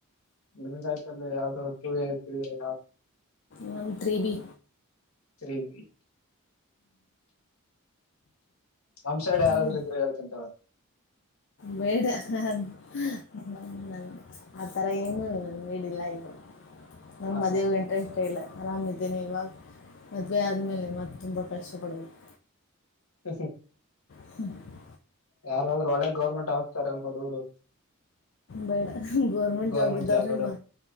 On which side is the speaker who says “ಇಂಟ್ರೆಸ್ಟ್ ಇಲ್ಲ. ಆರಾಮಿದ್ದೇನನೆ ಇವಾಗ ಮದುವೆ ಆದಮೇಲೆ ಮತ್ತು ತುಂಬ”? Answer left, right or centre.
Left